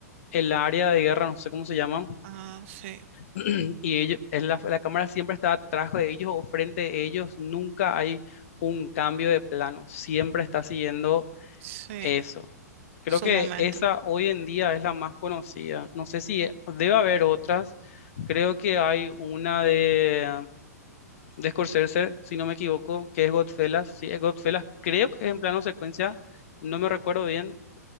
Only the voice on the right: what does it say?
Ah, sí,
sí,
su
momento.